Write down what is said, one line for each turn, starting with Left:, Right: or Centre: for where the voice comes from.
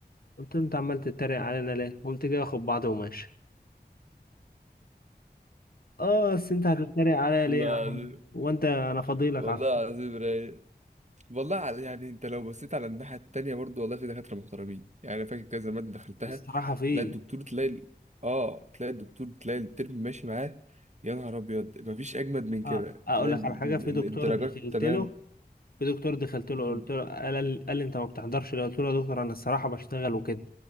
Left: قلت له انت عمال تتريق علينا ليه قمت جاي واخد بعضه وماشي اه بس انت هتتريق عليا ليه
Right: الله
Left: يا عم
Right: <laughs>
Left: وانت انا فاضيلك
Right: والله
Left: على الصبح
Right: العظيم رايق والله على- يعني انت لو بصيت على الناحية التانية برضو والله في دكاترة محترمين يعني انا فاكر كذا مادة دخلتها
Left: الصراحه في
Right: تلاقي الدكتور تلاقي ال- اه تلاقي الدكتور تلاقي الترم ماشي معاه يا نهار ابيض مفيش اجمد من كده
Left: اه اقول
Right: تلاقي
Left: لك
Right: ال-
Left: على حاجه في
Right: ال-
Left: دكتور
Right: الدرجات
Left: دخلت
Right: تمام
Left: له في دكتور دخلت له
Right: مم.
Left: قلت له قال قال لي انت ما بتحضرش ليه؟ قلت له يا دكتور انا الصراحه بشتغل وكده